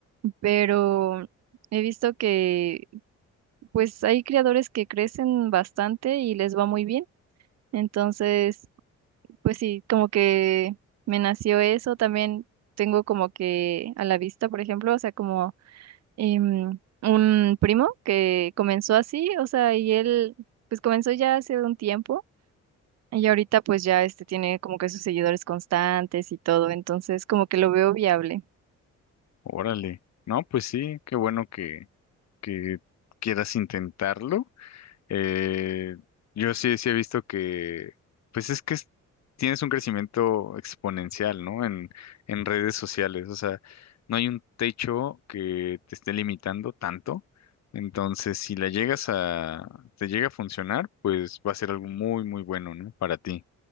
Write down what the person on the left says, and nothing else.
Órale. No, pues sí, qué bueno que, que quieras intentarlo. Eh, yo sí, sí he visto que, pues es que es- tienes un crecimiento exponencial, ¿no? En, en redes sociales, o sea, no hay un techo que te esté limitando tanto. Entonces, si la llegas a, te llega a funcionar, pues va a ser algo muy, muy bueno, ¿no? Para ti.